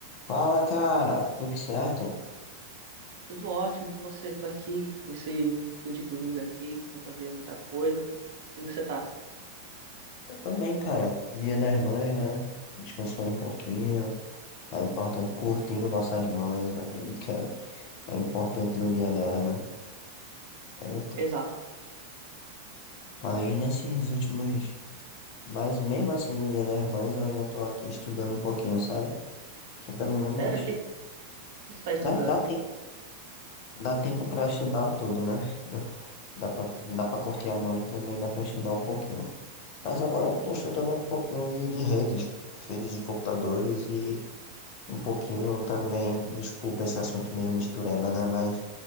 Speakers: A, on the left; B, on the right.
A: Fala, cara, tudo certo?
B: Tudo ótimo com você. Tô aqui nesse fim de domingo aqui, sem fazer muita coisa. Como que você tá?
A: Eu também, cara. Dia das mães, né? Descansando um pouquinho. É importante curtindo nossas mães, eu acredito que é, é importante no dia delas, né? Aí, eu tô-
B: Exato.
A: aí nesses últimos. Mas mesmo assim, no dia das mães, eu ainda tô aqui estudando um pouquinho, sabe? Que pelo menos
B: Sério, o que que você tá estudando?
A: dá, dá tempo, dá tempo pra estudar tudo, né? <laughs> Dá pra, dá pra curtir a mãe e também dá pra estudar um pouquinho. Mas agora eu tô estudando um pouquinho de, de redes, redes de computadores e. Um pouquinho também, desculpa esse assunto meio mistureba, né? Mas